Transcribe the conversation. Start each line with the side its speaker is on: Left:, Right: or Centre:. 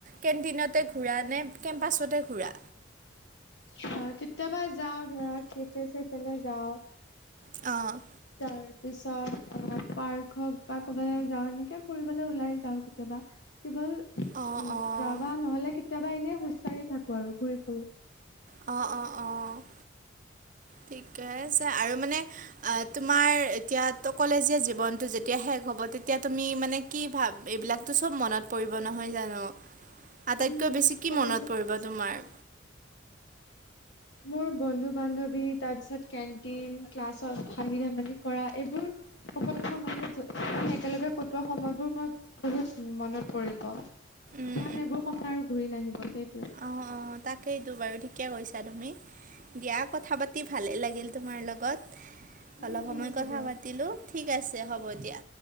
Right: কেণ্টিনতে ঘূৰা নে, কেম্পাছতে ঘূৰা?
Left: অ',। কেতিয়াবা যাওঁ ধৰা, কেফেছেফেলে যাওঁ।
Right: অ',।
Left: তাৰ পিছত পাৰ্ক হওঁক বা ক'বালে যাওঁ এনেকে ফুৰিবলৈ ওলাই যাওঁ, কেতিয়াবা। কেৱল উম।
Right: অঁ অঁ
Left: যাবা নহ'লে, কেতিয়াবা এনেই খোজকাঢ়ি থাকোঁ আৰু ঘূৰি ফুুৰো।
Right: অ', - অ', - অ'। ঠিকেই আছে আৰু মানে অ',। তোমাৰ এতিয়া কলেজীয়া জীৱনতটো যেতিয়া শেষ হ'ব তেতিয়া তুমি মানে কি ভাব, এইবিলাকতো চব মনত পৰিব নহয়, জানো? আটাইতকৈ
Left: উম
Right: বেছি কি
Left: কলেজ
Right: মনত পৰিব তোমাৰ?
Left: মোৰ বন্ধু-বান্ধৱী, তাৰপিছত কেন্টিন, ক্লাছত হাঁহি-ধেমালি কৰা এইবোৰ। সকলোবোৰ মানে, একেলগে কটোৱা সময়বোৰ মই বহুত মনত পৰিব। কাৰণ,
Right: উম
Left: এইবোৰ সময় আৰু ঘূৰি নাহিব সেইটোৱেই।
Right: অ', - অ',। তাকেইতো বাৰু ঠিকে কৈছা তুমি। দিয়া কথা পাতি ভালেই লাগিল। তোমাৰ লগত
Left: উম
Right: অলপ
Left: ঠিক
Right: সময়
Left: আছে
Right: কথা
Left: দিয়া
Right: পাতিলোঁ। ঠিক আছে, হ'ব দিয়া।